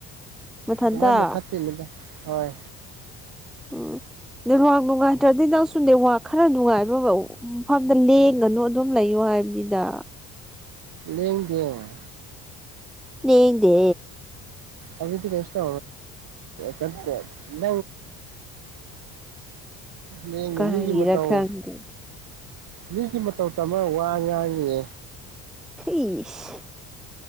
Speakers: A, in the centre; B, on the right.
A: ꯃꯊꯟꯇ
B: ꯀꯃꯥꯢ ꯃꯨꯊꯥꯠꯇꯣꯢꯅꯣꯗ ꯍꯣꯢ
A: ꯎꯝ ꯅꯦꯠꯋꯥꯛ ꯅꯨꯡꯉꯥꯢꯇꯔꯗꯤ ꯅꯪꯁꯨ ꯅꯦꯠꯋꯥꯛ ꯈꯔ ꯅꯨꯡꯉꯥꯏꯕ ꯃꯐꯝꯗ ꯂꯦꯡꯒꯅꯨ ꯑꯗꯨꯝ ꯂꯩꯌꯣ ꯍꯥꯏꯕꯅꯤꯗ
B: ꯂꯦꯡꯗꯦ
A: ꯂꯦꯡꯗꯦ
B: ꯑꯗꯤ ꯀꯦꯁꯇ ꯀ <inaudible> ꯅꯪ ꯃꯤ
A: ꯀꯔꯤꯔ
B: ꯃꯤꯒꯤ ꯃꯇꯥꯎ
A: ꯈꯪꯗꯦ
B: ꯃꯤꯒꯤ ꯃꯇꯧ ꯇꯝꯃ ꯋꯥ ꯉꯥꯡꯉꯤꯌꯦ
A: ꯏꯁ